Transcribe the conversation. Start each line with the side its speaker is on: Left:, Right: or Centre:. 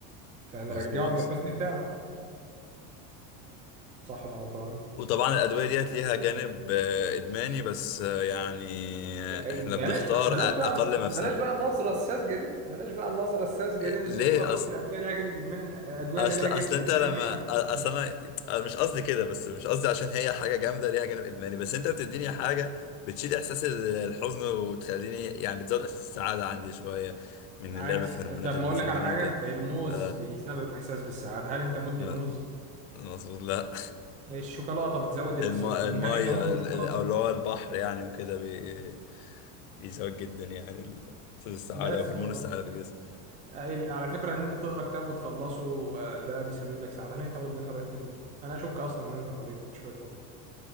Right: فنرجعه
Left: مظبوط
Right: من الحزن بتاعه صح ولا غلطان؟
Left: وطبعا الأدوية ديت ليها جانب آه، إدماني بس آه، يعني آه،
Right: أي
Left: إحنا
Right: بلاش
Left: بنختار
Right: بقى بلاش
Left: أ-
Right: بقى
Left: أقل
Right: بلاش
Left: مفسدة
Right: بقى النظرة الساذجة دي بلاش بقى النظرة الساذجة
Left: آه،
Right: دي اللي
Left: ليه
Right: هو كل
Left: أصلا
Right: الأدوية لها جانب إدماني الأدوية
Left: اصل
Right: اللي لها
Left: اصل
Right: جانب
Left: انت
Right: إدماني
Left: لما
Right: إحنا بنستثنيها
Left: اصل انا أنا مش قصدي كده بس مش قصدي عشان هي حاجه جامده ليها جانب ادماني بس انت بتديني حاجه بتشيل احساس ال- الحزن وتخليني يعني بتزود احساس السعاده عندي شويه من
Right: عادي
Left: اللعب في هرمونات
Right: طب
Left: السيروتونين
Right: ما أقول لك على حاجة
Left: وكده
Right: الموز
Left: ف
Right: بيسبب إحساس بالسعادة هل أنت مدمن
Left: م-
Right: موز؟
Left: مظبوط لا
Right: الشوكولاتة بتزود السيروتونين
Left: الم... الميه
Right: هل أنت مدمن
Left: ال-
Right: شوكولاتة؟
Left: ال- او اللي هو البحر يعني وكده بي... بيزود جدا يعني ال- احساس السعاده
Right: بس
Left: وهرمون
Right: وخلاص
Left: السعاده في الجسم
Right: آه، ال- على فكرة إن أنت تقرأ كتاب وتخلصه آه، ده بيسبب لك سعادة هل أنت مدمن قراية كتب؟ أنا أشك أصلا إن أنت قريت شوية كتب